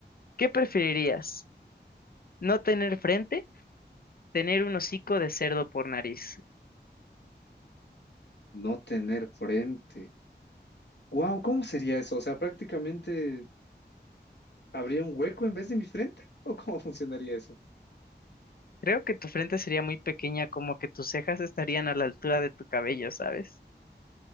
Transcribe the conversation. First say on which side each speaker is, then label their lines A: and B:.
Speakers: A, on the left; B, on the left.
A: ¿Qué preferirías? ¿No tener frente? ¿Tener un hocico de cerdo por nariz?
B: no tener frente. Wow, ¿cómo sería eso? O sea, prácticamente habría un hueco en vez de mi frente, <laughs> ¿o cómo funcionaría eso?
A: Creo que tu frente sería muy pequeña, como que tus cejas estarían a la altura de tu cabello, ¿sabes?